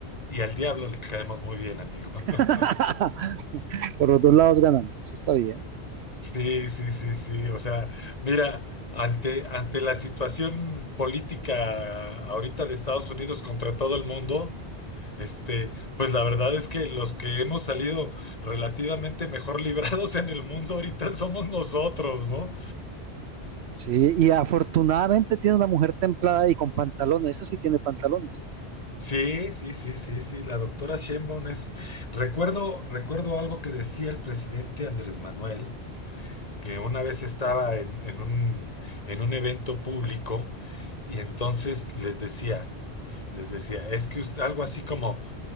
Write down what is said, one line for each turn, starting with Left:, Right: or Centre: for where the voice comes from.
Left: y al diablo le caemos muy bien, amigo.
Right: <laughs>
Left: <laughs>
Right: Por los dos lados ganan, eso está bien.
Left: Sí, sí, sí, sí. O sea, mira, ante, ante la situación política ahorita de Estados Unidos contra todo el mundo, este, pues la verdad es que los que hemos salido relativamente mejor <laughs> librados en el mundo ahorita somos nosotros, ¿no?
Right: Sí, y afortunadamente tiene una mujer templada y con pantalones, eso sí tiene pantalones.
Left: Sí, sí, sí, sí, sí, la doctora Sheinbaum es... Recuerdo, recuerdo algo que decía el presidente Andrés Manuel, que una vez estaba en, en un, en un evento público y entonces les decía, les decía, es que us- algo así como...